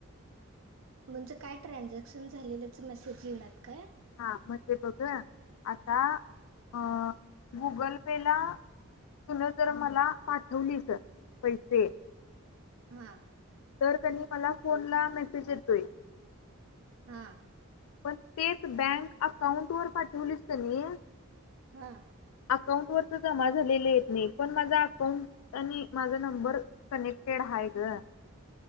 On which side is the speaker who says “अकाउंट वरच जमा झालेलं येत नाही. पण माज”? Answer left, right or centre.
Left